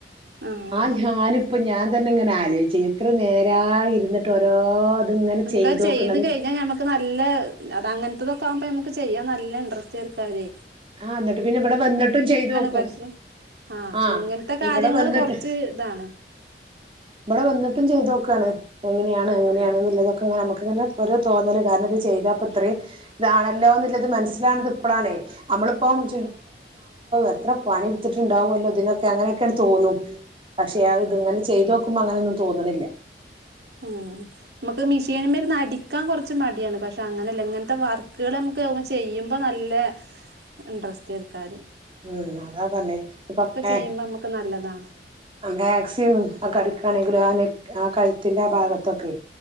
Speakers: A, on the right; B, on the right.
A: ആഹ്
B: ആ ഞാനിപ്പം ഞാൻ അന്നെ ഇങ്ങനെ ആലോചിച്ചു ഇത്ര നേരായി ഇരുന്നിട്ട് ഓരോ ഇതിങ്ങനെ
A: നമുക്ക്ത്
B: ചെയ്തോക്കണത്
A: ചെയ്ത് കഴിഞ്ഞാൽ നമക്ക് നല്ല അതങ്ങനെ തത്തൊക്കെ ആവുമ്പോ നമക്ക് ചെയ്യാം നല്ല ഇൻടറസ്റ്റ് എർക്കാരെ
B: ആ ന്നിട്ട് പിന്നെ ബടെ വന്ന്ട്ടും ചെയ്താേക്കും
A: പക്ഷെ ആഹ് പക്ഷെ
B: ആ
A: ഇങ്ങനത്തെ കാര്യങ്ങള്
B: ഇബ്ടെ വന്ന്ട്ട്
A: കൊറച്ച് ഇതാണ്
B: ഇബടെ വന്ന്ട്ടും ചെയ്തോ ക്കാണ് എങ്ങനെയാണ് അങ്ങനെയാണ്
A: ആഹ്
B: ന്ന്ള്ളലതൊക്കെങ്ങനെ അമ്മക്ക്ങ്ങനെ ഒര് തോന്നല്ണ്ട് കാരണം ഇത് ച് ചെയ്താപ്പത്രേം താണല്ലോന്ന്ല്ലത് മനസ്സ്ലാണത് പ്പളാണേ അമ്മള്പ്പം
A: ഉം
B: എത്ര പണി ഇട്ത്തിട്ടുണ്ടാവും ഇതിനൊക്കെ അങ്ങനെക്കെണ് തോന്നും പക്ഷെ
A: ആഹ്
B: അ ഇത് <unintelligible> ചെയ്തോട് <unintelligible> അങ്ങനെന്നും തോന്ന്ണില്ല
A: ഉം <unintelligible> അടിക്കാൻ കോർച്ച് മടിയാണ് പക്ഷെ അങ്ങനെല്ല ഇങ്ങൻത്തെ വർക്ക്കള് നമക്ക് ചെയ്യുമ്പ നല്ല ഇൻട്രസ്റ്റ് അയ്ക്കാരിം
B: ഉം അതാ പറഞ്ഞെ ഇപ്പന്നെ
A: ചെയ്യുമ്പോ നമുക്ക് നല്ലതാണ്
B: മേക്സിം ഒക്കെ അടിക്കാണെങ്കിലും ആ ആ കഴുത്തിന്റെ ആ ഭാഗത്തൊക്കെ